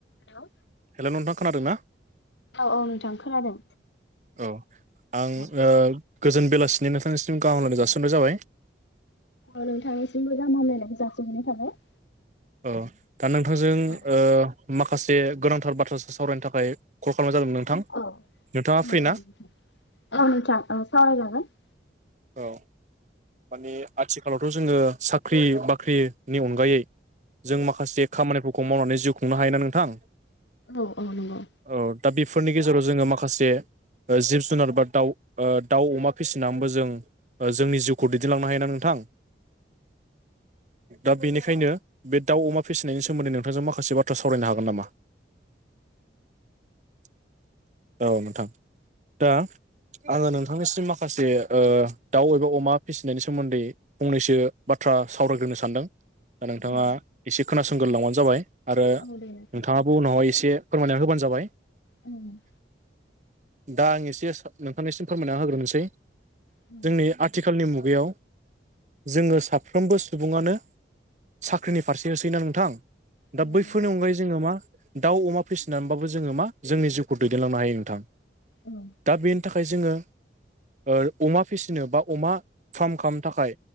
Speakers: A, on the left (about 80°); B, on the right (about 40°).
A: हेलौ
B: हेल' नोंथां खोनादोंना
A: औ औ नोंथां खोनादों
B: औ आं
A: औ
B: ओ गोजोन बेलासिनि नोंथांनिसिम गाहाम हामलायनाय जासिहरनाय जाबाय
A: औ नोंथांनिसिमबो गाहाम हामलायनायखौ जासिहरनाय थाबाय
B: औ दा नोंथांजों
A: औ
B: ओ माखासे गोनांथार बाथ्रासो सावरायनो थाखाय कल खालामनाय जादोंमोन नोंथां
A: <unintelligible>
B: नोंथाङा
A: औ
B: फ्रि ना
A: नोंथां औ सावरायजागोन
B: औ माने आथिखालावथ' जोङो साख्रि बाख्रिनि अनगायै जों माखासे खामानिफोरखौ मावनानै जिउ खुंनो हायोना नोंथां
A: औ औ नंगौ
B: औ दा बेफोरनि गेजेराव जोङो माखासे ओ जिब जुनार बा दाउ ओ दाउ अमा फिसिनाबो जों ओ जोंनि जिउ खौ दैदेनलांनो हायो ना नोंथां दा बेनिखायनो बे दाउ अमा फिसिनायनि सोमोन्दै नोंथांजों माखासे बाथ्रा सावरायनो हागोन नामा <inaudible> औ नोंथां दा आङो नोंथांनिसिम माखासे ओ दाउ एबा अमा फिसिनायनि सोमोन्दै फंनैसो बाथ्रा सावरायग्रोनो सानदों दा नोंथाङा
A: औ
B: एसे खोनासंग्रो लांबानो जाबाय आरो
A: औ दे नोंथां
B: नोंथाङाबो उनावहाय एसे फोरमायनानै होबानो जाबाय
A: उम
B: दा आं एसे नोंथांनिसिम फोरमायना होग्रोनोसै
A: औ
B: जोंनि आ खालनि मुगायाव जोङो साफ्रोमबो सुबुङानो साख्रिनि फारसे होसोयोना नोंथां
A: औ
B: दा बैफोरनि
A: नंगौ नोंथां
B: अनगायै जोङो मा दाउ अमा फिसिनानैबाबो जोङो मा जोंनि जिउखौ दैदेनलांनो हायो नोंथां
A: औ
B: दा बे थाखाय जोङो ओ अमा फिसिनो बा अमा फार्म खालामनो थाखाय